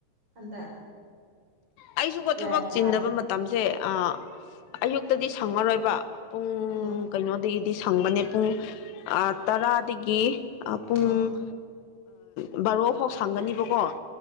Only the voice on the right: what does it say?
ꯍꯟꯗꯛ
ꯒ꯭ꯌꯥꯟ
ꯇꯥꯗꯦ
ꯑꯣ
ꯑꯣ